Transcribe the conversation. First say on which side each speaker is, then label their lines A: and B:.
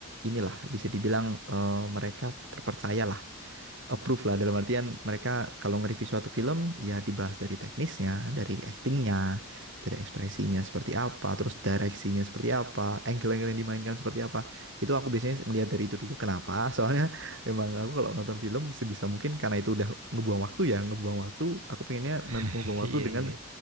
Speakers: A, on the right; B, on the right.
A: inilah bisa dibilang eh, mereka terpercaya approve lah dalam artian mereka kalau nge-review suatu film ya dibahas dari teknisnya, dari actingnya, dari ekspresinya seperti apa, terus direksinya seperti apa, angle-angle yang dimainkan seperti apa. Itu aku biasanya ngelihat dari itu dulu. Kenapa? <laughs> Soalnya emang aku kalau nonton film sebisa mungkin karena itu udah ngebuang waktu ya, ngebuang waktu. Aku pengennya nen-
B: <laughs>
A: ngebuang waktu
B: Iya
A: dengan
B: iya,